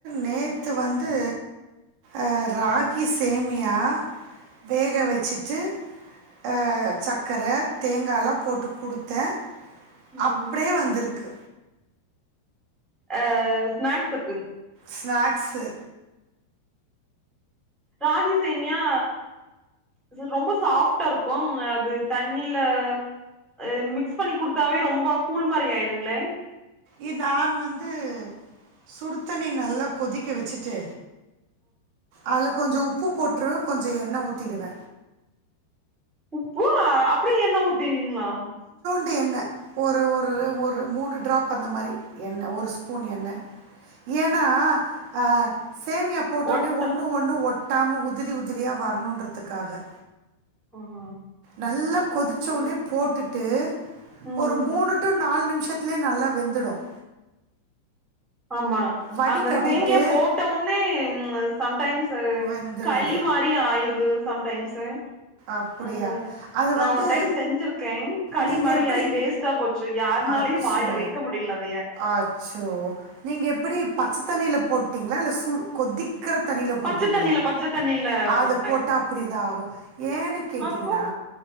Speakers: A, on the right; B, in the centre.
A: நேத்து வந்து அ ராகி சேமியா வேக
B: ம்
A: வச்சுட்டு அ சக்கர தேங்கால்லா போட்டு குடுத்தே
B: ம்
A: அப்டியே வந்திருக்கு
B: ஆ ஸ்நாக்ஸுக்கு
A: ஸ்நாக்ஸு
B: ராகிசேமியா ரொம்ப சாஃப்டாருக்கும் அது தண்ணில அ மிக்ஸ் பண்ணி குடுத்தாவே ரொம்ப கூழ் மாரி ஆயிருங்ளே
A: இ நான் வந்து சுடுத்தண்ணி நல்லா கொதிக்க வச்சுட்டு அதுல கொஞ்சோ உப் உப்பு போட்ருவ கொஞ்சோ எண்ணெய் ஊத்திடுவ
B: உப்பு அப்டி எண்ண ஊத்திருவீங் களா
A: டு எண்ண ஒரு ஒரு ஒரு மூணு டிராப் அந்த மாரி எண்ண ஒரு ஸ்பூன் எண்ண ஏனா ஆ சேமியா போட்டோனே
B: ஒட்ட
A: ஒன்னு ஒன்னு ஒட் டாம உதிரி உதிரியா வரனுன்றதுக்காக
B: ஓ அ
A: நல்ல கொதிச்ச ஒன்னே போட்டுட் டு
B: ம்
A: ஒரு
B: ம்
A: மூணு டு நாலு நிம் ஷத்லே நல்லா வெந்துடும்
B: ஆமா
A: வடிகட்டிட்டு
B: அந்த சேமியா போட்ட ஒன்னே சம் டைம்ஸ் ச
A: வெந்துடுது
B: களி மாரி ஆயிருது சம் டைம்ஸு
A: அப்படியா
B: ஆ
A: அது
B: நா
A: வந்து
B: ஒரு டைம் செஞ்சிருக்கேன் களி
A: நீங்கள்
B: மாரி
A: எப்படி
B: ஆகி வேஸ்டா போச்சு யாருனாலயு
A: அச்சோ
B: வாயில வைக்க முடியல அதைய
A: அச்சோ நீங்க எப்டி பச்ச தண்ணில போட்டீங்ளா இல்ல சுடு கொதிக் க்ற தண்ணில போட்டீங்ளா
B: பச்ச தண்ணில பச்ச தண்ணில
A: அத
B: போட்டே
A: போட்டா அப்டிதா ஆகும் ஏன்னு கேட்டீங்னா
B: அப்போ